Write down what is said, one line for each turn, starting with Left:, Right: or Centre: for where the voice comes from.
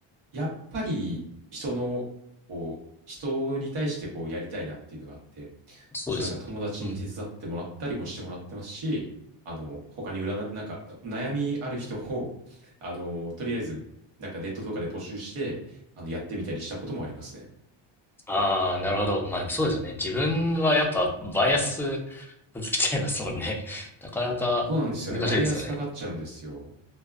Right: やっぱり人の、こう、人に対してこうやりたいなっていうのがあって、
Centre: そうですよね。
Right: そう、だから友達に手伝ってもらったりもしてもらってますし、あの、他に占い、なんか、悩みある人を、あの、とりあえず、なんかネットとかで募集して、あの、やってみたりしたこともありますね。
Centre: ああ、なるほど。まあでもそうですよね。自分はやっぱバイアスかけちゃいますもんね。<laughs> なかなか難しいですよね。
Right: そうなんですよね。バイアスかかっちゃうんですよ。